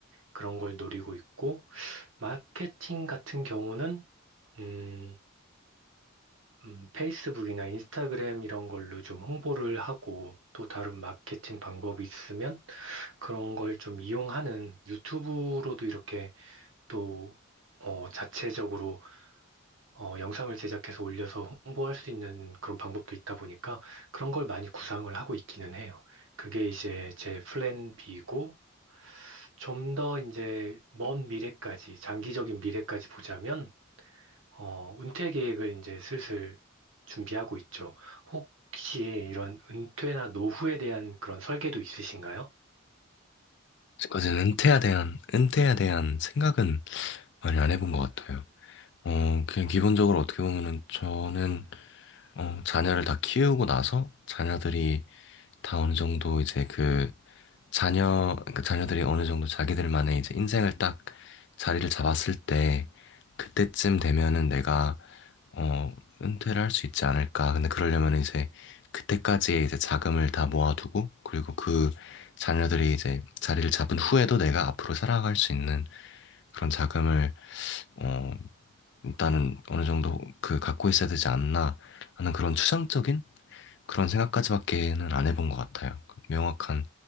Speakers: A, on the right; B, on the left.
A: 그런 걸 노리고 있고 마케팅 같은 경우는 음, 음, 페이스북이나 인스타그램 이런 걸로 좀 홍보를 하고 또 다른 마케팅 방법이 있으면 그런 걸 좀 이용하는 유튜브로도 이렇게 또 어, 자체적으로 어, 영상을 제작해서 올려서 홍보할 수 있는 그런 방법도 있다 보니까 그런 걸 많이 구상을 하고 있기는 해요. 그게 이제 제 플랜 B고 좀 더 이제 먼 미래까지 장기적인 미래까지 보자면 어, 은퇴 계획을 이제 슬슬 준비하고 있죠. 혹시 이런 은퇴나 노후에 대한 그런 설계도 있으신가요?
B: 지금까지는 은퇴에 대한 은퇴에 대한 생각은 많이 안 해본 것 같아요. 어 그냥 기본적으로 어떻게 보면은 저는 어 자녀를 다 키우고 나서 자녀들이 다 어느 정도 이제 그 자녀, 그러니까 자녀들이 어느 정도 자기들만의 이제 인생을 딱 자리를 잡았을 때, 그때쯤 되면은 내가, 어, 은퇴를 할 수 있지 않을까. 근데 그러려면 이제 그때까지의 이제 자금을 다 모아두고, 그리고 그 자녀들이 이제 자리를 잡은 후에도 내가 앞으로 살아갈 수 있는 그런 자금을, 어, 일단은 어느 정도 그 갖고 있어야 되지 않나 하는 그런 추상적인 그런 생각까지밖에는 안 해본 것 같아요. 명확한